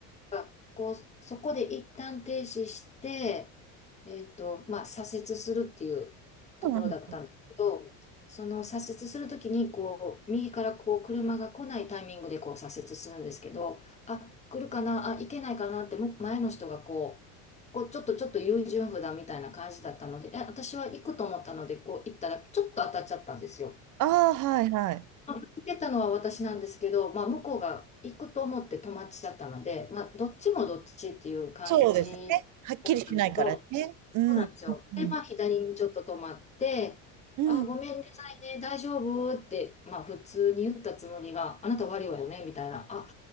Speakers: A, on the left (about 15°); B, on the right (about 50°).
A: が、こう、そこで一旦停止して、えっと、まあ、左折するっていうところだったんだけど、
B: うん
A: その左折するときに、こう、右からこう、車が来ないタイミングでこう、左折するんですけど、あ、来るかな、あ、行けないかなって、む前の人がこう、こう、ちょっとちょっと優柔不断みたいな感じだったので、え、私は行くと思ったので、こう、行ったら、ちょっと当たっちゃったんですよ。
B: ああ、はいはい。
A: 受けたのは私なんですけど、まあ、向こうが行くと思って友達だったので、まあ、どっちもどっちっていう感じだったんですけど、
B: そうですね。はっきりしないからね。うん。
A: そうなんですよ。
B: うんうん。
A: で、まあ、左にちょっと止まって、
B: うん。
A: あ、ごめんなさいね、大丈夫って、まあ、普通に言ったつもりが、あなた悪いわよね、みたいな、あ、